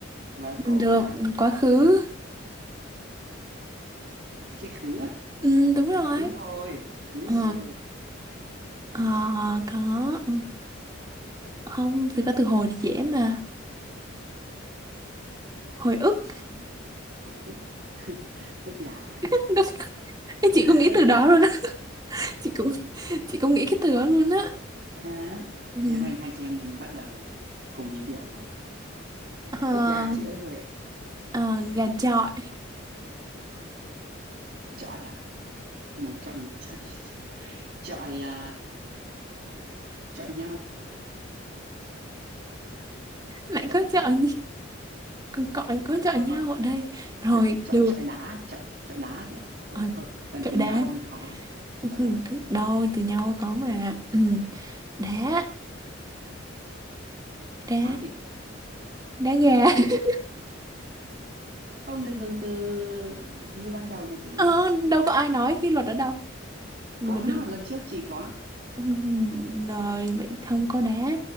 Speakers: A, on the right (about 50°); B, on the right (about 20°).
A: vâng khổ
B: Ừ, Được,
A: quá
B: quá khứ.
A: chị khứ á.
B: Ừ, đúng rồi.
A: khứ hồi khứ
B: Ừ.
A: hồi
B: Ờ,
A: ai chà
B: có Ừ. không thực ra từ hồi thì dễ mà hồi ức
A: hồi hồi ức <laughs> ức gà
B: <laughs> Ê, chị
A: <laughs>
B: cũng nghĩ
A: ức
B: từ
A: gà
B: đó luôn á chị cũng chị cũng nghĩ cái từ đó luôn á
A: hả
B: ừ.
A: hai hai chị em mình bắt đầu mà cùng nhịp điệu rồi
B: Ờ,
A: ức gà chị ơi
B: ờ, gà chọi
A: chọi à một chọi một trăm chọi à, chọi nhau
B: lại
A: Ờ,
B: có
A: à,
B: chọi
A: thôi,
B: còn cọi có chọi
A: thôi,
B: nhau
A: thôi,
B: ở đây rồi
A: chọi chọi
B: được
A: chọi đá chọi chọi đá chị ạ thôi
B: ờ,
A: thôi dần
B: chọi
A: chỉnh
B: đá
A: nhau hơi khó
B: Ừ,
A: chọi đá
B: thứ- đâu từ nhau có mà ừ. đá đá
A: đá gì
B: đá gà <laughs>
A: không được dùng từ như ban đầu mà chị
B: Ờ, đâu có ai nói cái luật ở đâu Người
A: có
B: mình đâu
A: mà lần trước chị có
B: Ừ, rồi vậy không có đá